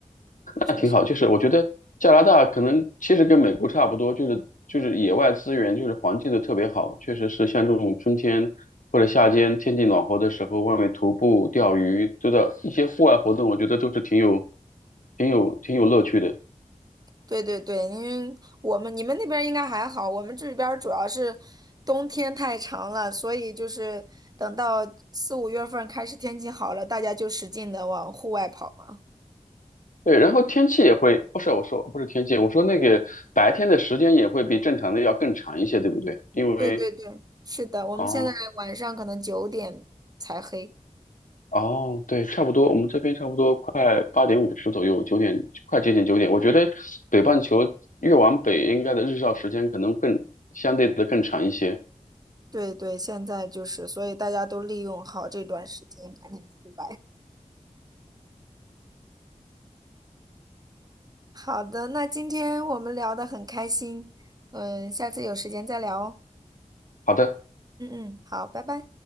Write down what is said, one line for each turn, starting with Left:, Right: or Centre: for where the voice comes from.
Right: 确实，
Left: 那挺好，就是我觉得加拿大可能其实跟美国差不多，就是就是野外资源就是环境都特别好，确实是像这种春天或者夏天天气暖和的时候，外面徒步、钓鱼，都的一些户外活动，我觉得都是挺有挺有挺有乐趣的。
Right: 对对对，因为我们你们那边儿应该还好，我们这边儿主要是冬天太长了，所以就是等到四五月份儿开始天气好了，大家就使劲的往户外跑嘛。
Left: 对，然后天气也会，不是我说不是天气，我说那个白天的时间也会比正常的要更长一些，对不对？因为
Right: 对对对，是的，我们现在晚上可能九点才黑。
Left: 哦。哦，对，差不多，我们这边差不多快八点五十左右，九点快接近九点。我觉得北半球越往北，应该的日照时间可能更相对的更长一些。
Right: 对对，现在就是，所以大家都利用好这段时间，赶紧出来。<laughs> 好的，那今天我们聊得很开心，嗯，下次有时间再聊哦。
Left: 好的。
Right: 嗯嗯，好，拜拜。